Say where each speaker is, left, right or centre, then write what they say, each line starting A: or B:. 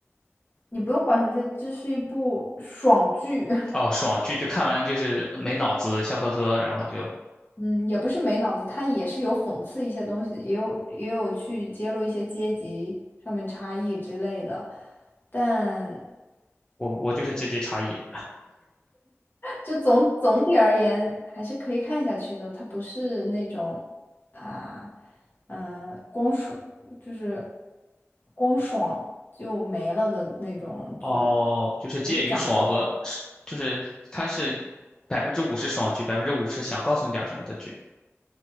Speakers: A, on the left (about 45°); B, on the left (about 15°).
A: 你不用管它，这这是一部爽剧。<laughs>
B: 哦，爽剧就看完就是没脑子，笑呵呵，然后就
A: 嗯，也不是没脑子，它也是有讽刺一些东西的，也有也有去揭露一些阶级上面差异之类的，但
B: 我我就是阶级差异。
A: 就总总体而言还是可以看下去的。它不是那种啊，嗯、光爽就是光爽就没了的那种剧，
B: 哦，就是介于爽和是，
A: 还是讲了点东西。
B: 就是他是百分之五十爽剧，百分之五十想告诉你点儿什么的剧。